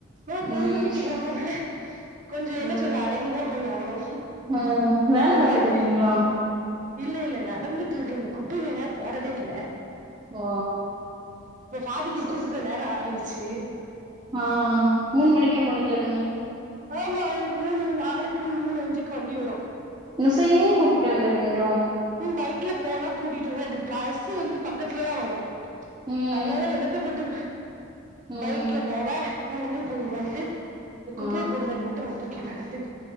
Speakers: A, on the right; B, on the right.
A: நா பொண்ணு
B: ம்
A: வீட்டுக்காரங்கனால கொஞ்ச
B: ம்
A: என்ன சொல்ல அடங்கிதா போய் ஆகனு
B: ம் வேல
A: பரவால்ல
B: பாத்துட்டு இருக்கீங்களா
A: இல்ல இல்ல நடந்துட்டு இருக்க இந்த குப்பய போடவே இல்ல
B: ஓ
A: இப்ப ஃபாதிக்க
B: சரி
A: கூப்புடுத நேர ஆயிடுச்சு
B: ஆ மூணு மணிக்கே முடிஞ்சிடுண்ண
A: ஆமா அவனுக்கு மூணு நாளுக்கு மூணு அஞ்சுக்கு வண்டி வரு
B: நுசையே கூட்டிட்டு வந்துருவீங்களோ
A: ம் பைக்ல போனா கூட்டிட்டுறுவ இப்ப பஸ்ஸு வந்து பக்கத்துல தா வரு
B: ம்
A: அதனால என்னத்த போட்டு
B: ம்
A: பைக்ல போவ நடந்து போயிருவேன்ட்டு இந்த குப்பைய
B: ஆ
A: போட்றதுக்கு மட்டு வந்திருக்கே நடந்து